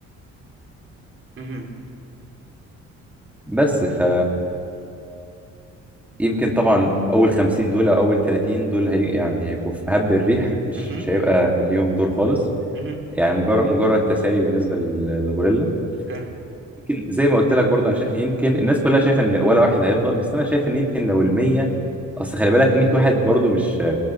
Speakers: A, on the right (about 45°); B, in the centre.
A: مهم.
B: بس ف يمكن طبعا اول 50 دول او اول 30 دول هي يعني هيبقوا في مهب الريح مش
A: مهم.
B: مش هيبقى ليهم دور خالص
A: مهم.
B: يعني مجرد مجرد تسالي بالنسبه لل- للغوريلا
A: فاهم
B: يمكن زي ما قلت لك برضه انا شايف ان يمكن الناس كلها شايفه ان ولا واحد هيفضل بس انا شايف ان يمكن لو ال 100 اصل خلي بالك 100 واحد برضه مش